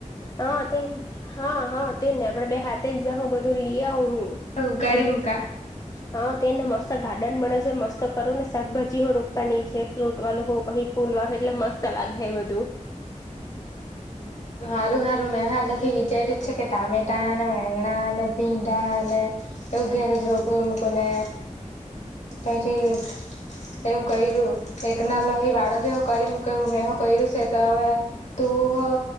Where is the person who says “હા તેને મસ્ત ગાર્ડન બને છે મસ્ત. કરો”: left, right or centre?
Left